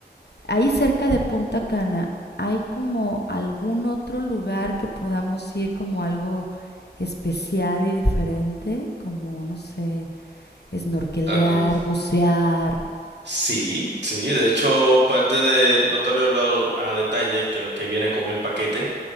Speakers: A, on the left; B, on the right.
A: ahí cerca de Punta Cana, ¿hay como algún otro lugar que podamos ir como algo especial y diferente? Como, no sé, snorkelear,
B: Ah, como
A: bucear.
B: Sí, sí, de hecho, parte de, no te había hablado a detalle que lo que viene con el paquete.